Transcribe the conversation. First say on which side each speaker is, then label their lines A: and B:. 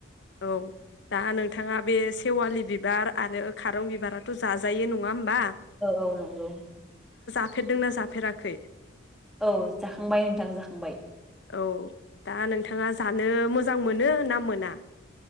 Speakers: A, on the left; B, in the centre.
A: औ दा नोंथाङा बे सेवालि बिबार आरो खारं बिबाराथ' जाजायो नङा होमबा?
B: औ औ नंगौ
A: फेरदोंना जाफेराखै
B: औ जाखांबाय नोंथां जाखांबाय।
A: औ दा नोंथाङा जानो मोजां मोनो ना मोना।